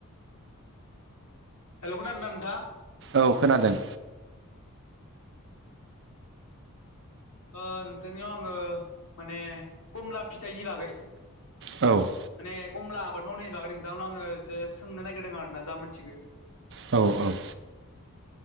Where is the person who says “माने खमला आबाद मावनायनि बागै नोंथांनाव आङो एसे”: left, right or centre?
Left